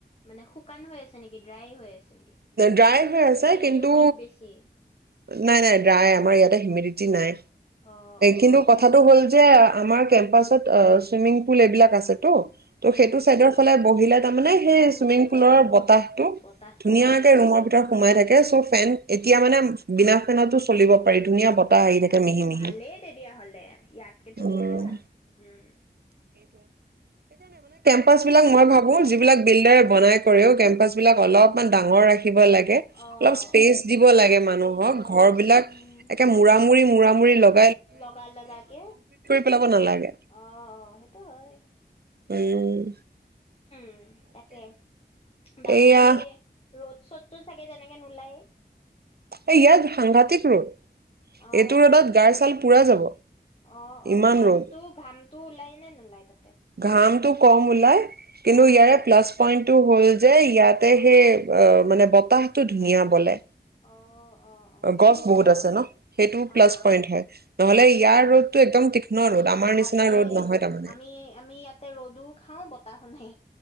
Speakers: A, on the left (about 35°); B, on the right (about 65°).
A: মানে শুকান হৈ আছে নেকি ড্ৰাই হৈ আছে নেকি
B: ড্ৰাই হৈ আছে
A: নাই
B: কিন্তু
A: হিউমিড বেছি
B: নাই নাই ড্ৰাই আমাৰ ইয়াতে হিমিডিটি
A: ড্ৰাই
B: নাই
A: অ অ
B: কিন্তু কথাটো হ'ল যে আমাৰ কেম্পাচত অ চুইমিং পুল এইবিলাক আছে ত ত'
A: উম
B: সেইটো চাইদৰ ফালে বহিলে তামানে সেই
A: উম
B: চুইমিং পুলৰ বতাহ টো
A: বতাহটো
B: ধুনীয়াকে
A: লাগে
B: ৰুমৰ ভিতৰত সোমাই থাকে এ চফ ফেন এতিয়া মানে বিনা ফেনটো চলিব পাৰি ধুনীয়া বতাহ
A: অ
B: আহি থাকে মিহি মিহি
A: ভালেই তেতিয়া হলে ইয়াত কেতো
B: উম।
A: বহুতে ভাল উম
B: ফ'ৰ্চ বিলাক মই ভাবো যি বিলাক বিল্ডাৰে বনাই কৰেও কেম্পাছ বিলাক অলপমান ডাঙৰ ৰাখ দিব লাগে
A: অ',
B: অলপ ইছপেচ দিব লাগে
A: স্পেচ
B: মানুহ ঘৰ বিলাক
A: উম,
B: একে মুৰা মুৰি মুৰি মুৰা মুৰি লগ
A: লগা লগাকে
B: পেলাব নালাগে
A: অ সেইটো হয়
B: উম
A: উ তাকে বাকী
B: এইয়া
A: ৰ'দ চত টো চাগে তেনেকে নোলায়ে
B: এই ইয়াত সাংঘাটিক ৰ'দ
A: অ
B: এইটো ৰ'দত গাৰ ছাল পুৰা যাব
A: আহ অ
B: ইমান
A: ঘামটো
B: ৰ'দ
A: ঘামটো ওলাই নে নোলাই তাতে
B: ঘামটো কম ওলাই কিন্তু
A: অ',
B: ইয়াৰে পলাচ পইণ্ট টো হ'ল যে ইয়াতে
A: অ',
B: হে মানে বতাহতটো ধুনীয়া বলে
A: অ', অ অ সেইটো
B: গছ বহুত
A: হয়
B: আছে ন সেইটো প্লাছ
A: অ
B: পইন্ট
A: অ
B: হয় নহ'লে ইয়াৰ
A: অ
B: ৰ'দটো একদম তীক্ষ্ণ ৰ'দ আমাৰ
A: ভালেই
B: নিচিনা ৰ'দ নহয় তাৰমানে
A: আমি আমি ইয়াতে ৰ'দো খাওঁ বতাহ হুনে